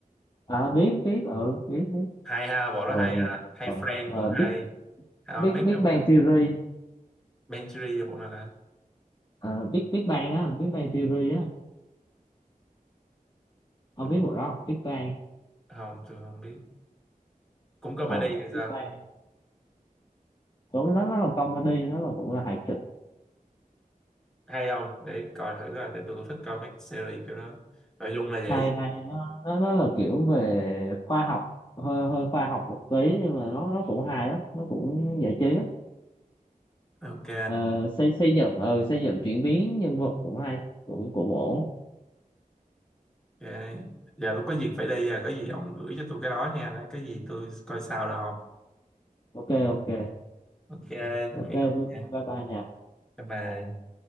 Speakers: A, on the left (about 30°); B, in the centre.
A: à biết biết ừ biết, biết.
B: hay ha bộ
A: rồi
B: đó hay ha hay
A: ờ,
B: Friend
A: ờ, ờ,
B: cũng hay
A: Big
B: How
A: Big
B: I Met
A: Big
B: Your
A: Bang
B: Mother
A: Theory
B: Manchery hoặc là là
A: Ờ, Big Big Bang á Big Bang Theory á ông
B: một
A: biết bộ đó không? Big Bang
B: không tôi không biết cũng comedy
A: ờ
B: thì
A: Big
B: sao
A: Bang cũng nó nó là comedy nó là cũng là hài kịch
B: hay không để coi thử coi thì tôi cũng thích coi mấy series kiểu đó nội dung là dễ
A: hay
B: gì
A: hay nó nó nó là kiểu về khoa học hơi hơi khoa học một tí nhưng mà nó nó cũng hài lắm nó cũng giải trí lắm
B: ok
A: ờ, xây xây dựng ờ, xây dựng chuyển biến nhân vật cũng hay cũng cũng ổn
B: ok giờ tôi có việc phải đi rồi có gì ông gửi cho tôi cái đó nha cái gì tôi coi sao được không
A: ok ok
B: ok tạm
A: ok
B: biệt ông
A: bye
B: nha
A: bye bye nha
B: bye bye